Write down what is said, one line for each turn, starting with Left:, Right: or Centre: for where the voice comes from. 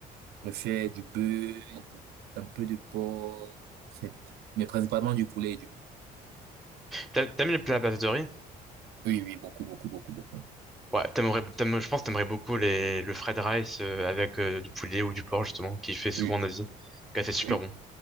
Right: Je préfère du bœuf, du, un peu de porc, en fait. Mais principalement du poulet et du
Centre: T'a- T'aimes les plats à base de riz?
Right: Oui, oui, beaucoup, beaucoup, beaucoup, beaucoup.
Centre: Ouais, t'aimerais, t'aimes- je pense que t'aimerais beaucoup les, le fried rice, euh, avec, euh, du poulet ou du porc, justement, qui fait souvent
Right: Oui,
Centre: en Asie. Ouais, C'est super
Right: oui,
Centre: bon.